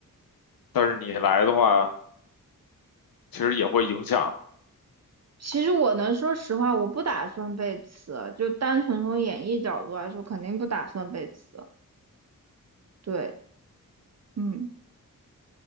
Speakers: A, on the left; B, on the right.
A: 但是你来的话，其实也会影响。
B: 其实我能说实话，我不打算背词，就单纯从演绎角度来说，肯定不打算背词。对，嗯，